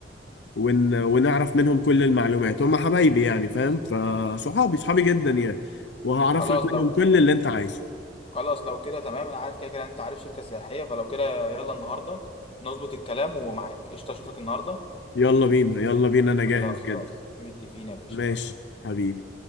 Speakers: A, on the left; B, on the left.
A: ون... ونعرف منهم كل المعلومات هم حبايبي يعني فاهم فصحابي صحابي جدا يعني وهعرف
B: خلاص
A: لك منهم
B: لو
A: كل اللي انت عايزه
B: خلاص لو كده تمام انا عارف كده كده انت عارف شركة سياحية فلو كده يلا النهاردة نظبط الكلام ومعاك قشطة اشوفك النهاردة
A: يلا بينا يلا بينا انا جاهز
B: خلاص
A: جدا
B: خلاص متفقين يا باشا
A: ماشي
B: يلا
A: حبيبي